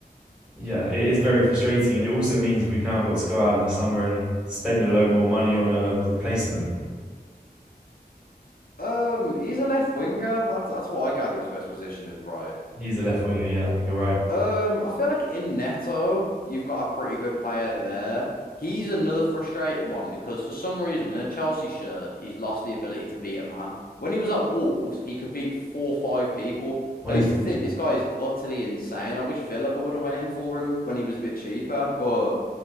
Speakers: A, in the centre; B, on the left (about 65°).
A: Yeah, it is very frustrating, and it also means we've now got to go out in the summer and spend a load more money on a replacement.
B: Um, he's a left winger. That's that's what I gather his best position is, right?
A: He's a left winger, yeah, you're right.
B: Um, I feel like in Neto, you've got a pretty good player there. He's another frustrating one because for some reason in a Chelsea shirt, he's lost the ability to beat a man. When he was at Wolves, he could beat four or five people.
A: Honestly,
B: I used to think this guy is utterly insane. I wish Villa would have went in for him when he was a bit cheaper, but